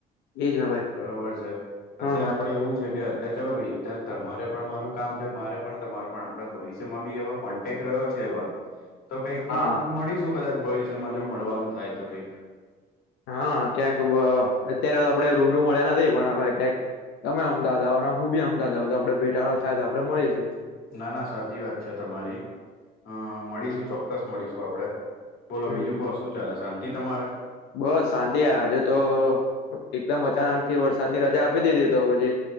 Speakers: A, on the left; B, on the left.
A: એજ ને ભાઈ
B: બરોબર છે.
A: હા
B: અત્યારે
A: હા
B: આપડે એવું છે કે તે ચાલો ભાઈ. અત્યારે તમારે પણ મારું કામ છે મારે પણ તમારુ પણ આપડે ભવિષ્યમાં બી એવા કોન્ટેક રહ્યો છે એવા તો કઈક
A: હા
B: મળ-મળીશું કદાચ ભવિષ્યમાં જો મળવાનું થાય તો કંઈક.
A: હા ક્યાંક અહ અત્યારે આપડે રૂબરુ મળ્યા નથી પણ ક્યાંક તમે અમદાવાદ આવો અને હું બી અમદાવાદ આવુ તો આપડે ભેટાડો થાય તો આપડે મળીસુ.
B: ના ના સાચી વાત છે તમારી અહ મળીશું ચોક્કસ મળીશું આપડે. બોલો
A: હમ
B: બીજુ કો શું ચાલે શાંતિ તમારે?
A: બસ શાંતિ યાર આજે તો એકદમ અચાનક થી વરસાદની રજા આપી દીધી તો પછી